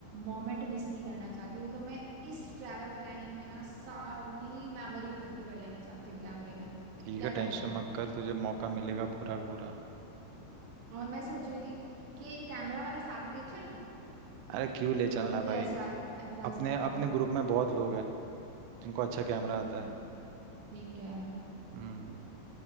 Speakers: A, on the right; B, on the right.
A: मोमेंट मिस नहीं करना चाहती हूँ तो मैं इस ट्रैवल प्लानिंग में ना सारी मेमोरी इकट्ठी कर लेना चाहती हूँ कैमरे में
B: ठीक
A: क्या
B: है टेंशन
A: कहता है
B: हम्म, मत कर तुझे मौका मिलेगा पूरा का पूरा
A: और मैं सोच रही थी कि एक कैमरा वाला साथ ले चलूँ
B: अरे क्यों ले चलना
A: अगर तुझे
B: भाई
A: ऐसा एतराज
B: अपने
A: ना हो
B: अपने
A: तो
B: ग्रुप में बहुत लोग हैं जिनको अच्छा कैमरा
A: हम्म,
B: आता है
A: ठीक है
B: हम्म